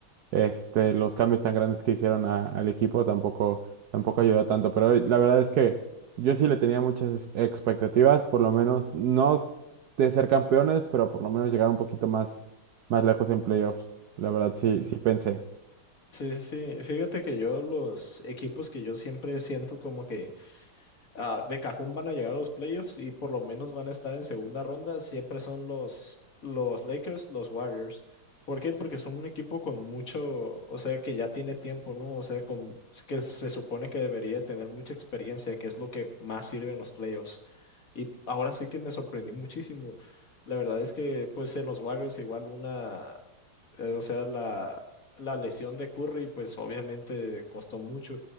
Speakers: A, on the right; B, on the left.
A: este, los cambios tan grandes que hicieron a- al equipo tampoco, tampoco ayudó tanto. Pero la verdad es que yo sí le tenía muchas expectativas, por lo menos no de ser campeones, pero por lo menos llegar un poquito más, más lejos en playoffs. La verdad sí,
B: Mm,
A: sí pensé.
B: Sí, sí, sí. Fíjate que yo los equipos que yo siempre siento como que ah, de cajón van a llegar a los playoffs y por lo menos van a estar en segunda ronda, siempre son los, los Lakers, los Warriors. ¿Por qué? Porque son un equipo con mucho, o sea, que ya tiene tiempo, ¿no? O sea, con, que se supone que debería de tener mucha experiencia, que es lo que más sirve en los playoffs. Y ahora sí que me sorprendí muchísimo. La verdad es que, pues, en los Warriors igual una, eh, o sea, la, la lesión de Curry, pues obviamente costó mucho.